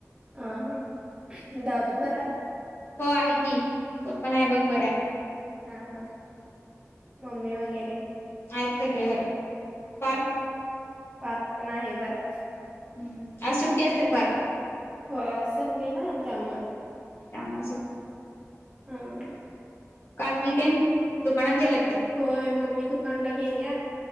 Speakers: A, on the right; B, on the left.
A: ह हा दादू बराय
B: हो आहे की तो पण आहे बघ बर आहे
A: हा हा मम्मी वगैरे
B: आहेत सगळे बरे पार्थ
A: पार्थ पण आहे बरा
B: हम्म आज सुट्ट असेल पार
A: हो संडे ना त्यामुळे
B: ह स
A: ह
B: काकीि ते दुकानात गेलं ते
A: होय मम्मी दुकानला गेल्या